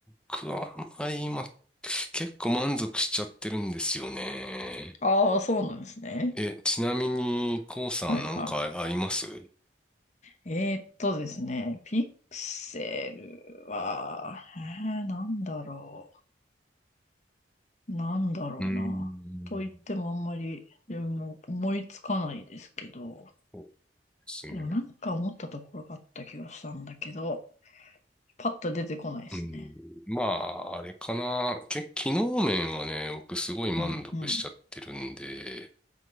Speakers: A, in the centre; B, on the left.
A: 僕はあんまり今、結構満足しちゃってるんですよね。
B: ああ、そうなんですね。
A: え、ちなみに、コうさんなんかありますう
B: はいはい。えーっとですね、ピクセルは、えー、なんだろう。なんだろうな。
A: ーん。
B: と言ってもあんまり自分も思いつかないですけど、
A: そうですね。
B: でもなんか思ったところがあった気がしたんだけど、パッと出てこないですね。
A: うん。まあ、あれかな。け、機能面はね、僕すごい満足しちゃってるんで、
B: うんうん。